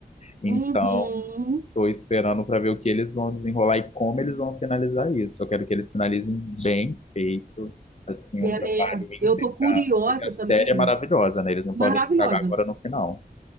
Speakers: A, on the left; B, on the right.
A: Então,
B: uhum.
A: estou esperando para ver o que eles vão desenrolar e como eles vão finalizar isso. Eu quero que eles finalizem bem feito, assim, um
B: É,
A: trabalho
B: é,
A: íntegro,
B: eu tô curiosa
A: porque a série
B: também.
A: é maravilhosa, né? Eles não
B: Maravilhosa.
A: podem estragar agora no final.